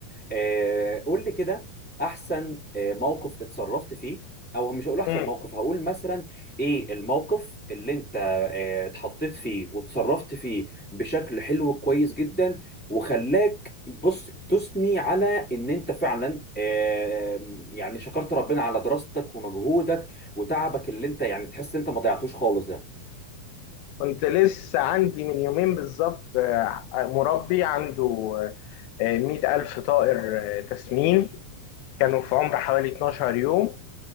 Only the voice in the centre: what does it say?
آه، قول لي كده احسن آه، موقف اتصرفت فيه او مش هقول احسن
موقف هقول مثلا ايه الموقف اللي انت آه، اتحطيت فيه وتصرفت فيه بشكل حلو كويس جدا وخلاك بص تثني على ان انت فعلا آه، يعني شكرت ربنا على دراستك ومجهودك وتعبك اللي انت يعني تحس انت ما ضيعتوش خالص ده